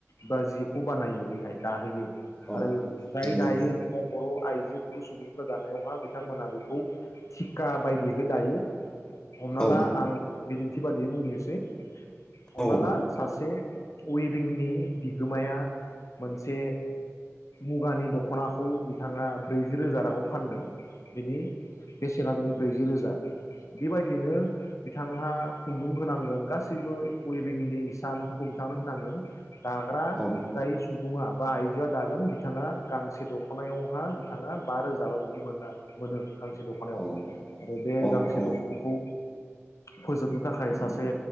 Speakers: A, on the left; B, on the left.
A: बा जिखौ बानायो बेहाय दाहोयो
B: औ
A: आरो जाय
B: नंगौ
A: दायो बा बर' आइजोफोर सुबुंफोर दानायावहा बिथांमोनहा बेखौ थिखा बायदिहै दायो हमना
B: औ
A: ला आं बिदिनथि बादियै बुंनोसै हमना
B: औ
A: ला सासे वेभिंनि बि गोमाया मोनसे मुगानि दख'नाखौ बिथाङा ब्रैजि रोजा राङाव फानगोन बिनि बेसेना जाबाय ब्रैजि रोजा बिबायदिनो बिथांहा खुनदुं होनांगोन गासैबो वेबिंनि इसानफोरखौ बिथांनो होनांगोन दा ग्रा
B: औ
A: जाय सुबुङा बा आइजोआ दागोन बिथाङा गांसे दख'नायावहा बिथाङा बा रोजाबा बिदि मोना मोनो गांसे दख'नायाव
B: औ
A: आरो बे
B: औ
A: गांसे
B: औ
A: दख'नाखौ फोजोबनो थाखाय सासे